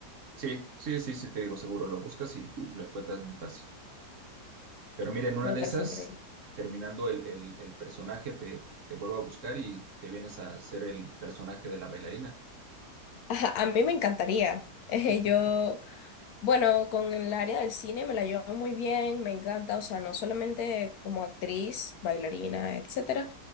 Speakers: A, on the right (about 55°); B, on the left (about 70°).
A: Sí, sí, sí, sí, te digo, seguro lo buscas y lo encuentras muy fácil. Pero mira, en una
B: Me
A: de
B: parece
A: esas,
B: increíble.
A: terminando el, el- el personaje, te, te vuelvo a buscar y te vienes a hacer el personaje de la bailarina.
B: Ajá, a mí me encantaría. <laughs>
A: <laughs>
B: yo Bueno, con el área del cine me la llevo muy bien, me encanta, o sea, no solamente como actriz, bailarina, etcétera,